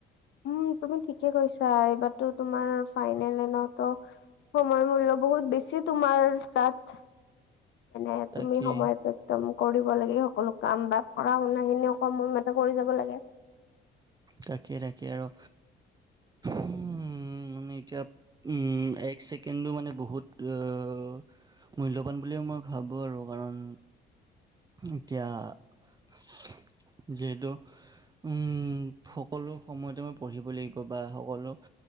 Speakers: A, on the left; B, on the right.
A: উম তুমি ঠিকে কৈছা এইবাৰতো তোমাৰ ফাইনেলে ন ত সময়ৰ মূল্য বহুত বেছি তোমাৰ তাত মানে
B: তাকেই
A: তুমি সময়তে একদম কৰিব লাগে এই সকলো কাম বা পঢ়া-শুনা খিনিও কম সময়মতে কৰি যাব লাগে।
B: তাকে তাকে আৰু ফুওওওও ফু হুমমমমমমম উম মানে এতিয়া উম উ উ এক ছেকেণ্ডো মানে বহুত ত অ অ অ অ অ সেও মূল্যবান বুলিয়ে মই ভাবো আৰু কাৰণ হুম হুম এতিয়া এ সি ও ও যিহেতু উ উ ঠা উম উ উ উ সকলো সময়তে মই পঢ়িবই লাগিব বা সকলো হা আ